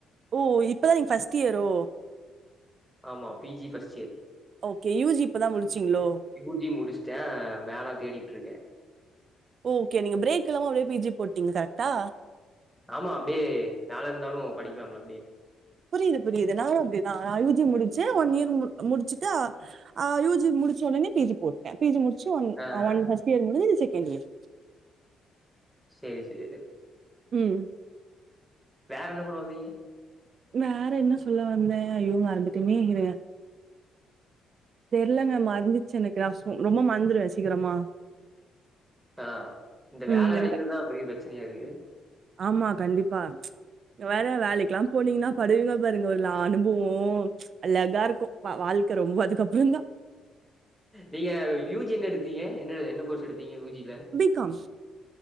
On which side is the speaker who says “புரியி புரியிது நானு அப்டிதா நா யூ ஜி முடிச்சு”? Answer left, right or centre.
Right